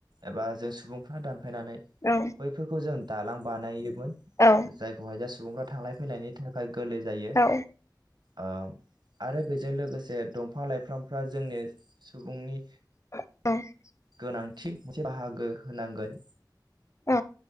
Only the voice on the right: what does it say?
एबा जों सुबुंफा दान फायनानै
बैफोरखौ जों दालां बानायोमोन
जायखौहाय जास सुबुंफ्रा थांलाय फैलायनि थाखाय गोरलै जायो।
आ आरो बेजों लोगोसे दंफां लाइफ्रामफ्रा जोंनि सुबुंनि
गोनांथि मोनसे बाहागो होनांगोन